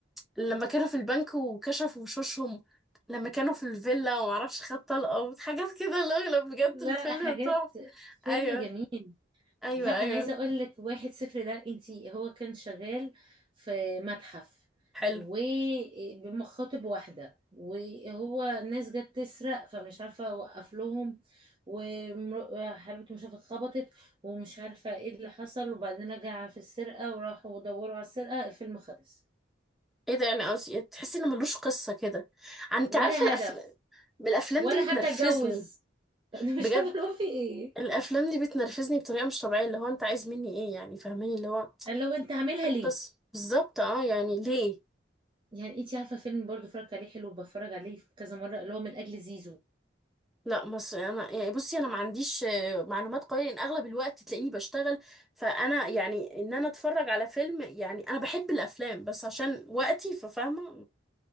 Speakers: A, in the centre; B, on the right (about 25°).
A: لما كانوا في البنك وكشفوا وشوشهم لما كانوا في الفيلا ومعرفش خد طلقه حاجات كده لا لا بجد
B: لا
A: الفيلم
B: حاجات
A: تحفه
B: فيلم
A: ايوه
B: جميل
A: ايوه
B: لا انا
A: ايوه
B: عايزه اقول لك واحد صفر ده انتي هو كان شغال في متحف
A: حلو
B: وبمخاطب واحده وهو ناس جت تسرق فمش عارفه وقف لهم وحبيبته مش عارفه اتخبطت ومش عارفه ايه اللي حصل وبعدين رجع في السرقه وراحوا دوروا على السرقه الفيلم خلص
A: ايه ده يعني قصدي تحسي ان ملوش قصه كده انت
B: ولا
A: عارفه الافلام
B: هدف
A: الافلام
B: ولا
A: دي
B: حتى
A: بتنرفزني
B: اتجوز <laughs> انا
A: بجد
B: مش عارفه هو في ايه
A: الافلام دي بتنرفزني بطريقه مش طبيعيه اللي هو انت عايز مني ايه يعني فاهماني اللي هو
B: اللي هو انت عاملها ليه
A: قصه بالظبط اه يعني ليه
B: يعني انت عارفه فيلم برضو اتفرجت عليه حلو بتفرج عليه كذا مره اللي هو من اجل زيزو
A: لا مصر انا يعني بصي انا ما عنديش آه، معلومات قويه لان اغلب الوقت تلاقيني بشتغل فانا يعني ان انا اتفرج على فيلم يعني انا بحب الافلام بس عشان وقتي ففاهمه